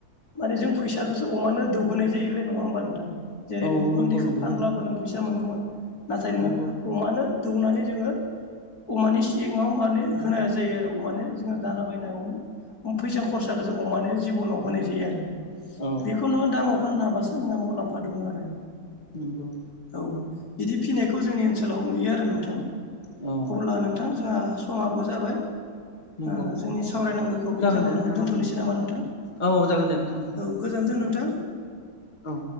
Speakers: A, on the left; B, on the left.
A: माने जों फैसाखौसो अमानो दौहोनाय जायोलै नङा होमबा नोंथां? जेरै
B: औ
A: नों गुन्दैखौ
B: नंगौ नंगौ
A: फानब्लाबो नों फैसा मोनगौमोन, नाथाय नोङो
B: नंगौ
A: अमानो दौनानै जोङो अमानि सिङाव माने होनाया जायो आरो अमानो जोङो दाना बायनायावनो। फैसा खरसाखौ जों अमानो जिबनाव होनाय जायो आरो।
B: औ
A: बेखौ नोङो दामाव फाननो हाबासो नोंहा मुलाम्फा दङ आरो।
B: नोंगौ।
A: औ बिदि फिनायखौ जोंनि ओनसोलाव नुयो <unintelligible> नोंथां अब्ला
B: औ
A: नोंथां जोंहा समाबो जाबाय।
B: नंगौ
A: ओ जोंनि सावरायनांगौ
B: औ
A: खौ बेखिनियावनो
B: जागोन दे नोंथां
A: दोन्थ'नोसै नामा नोंथां
B: औ औ जागोन दे नोंथां
A: औ गोजोनथों नोंथां।
B: औ।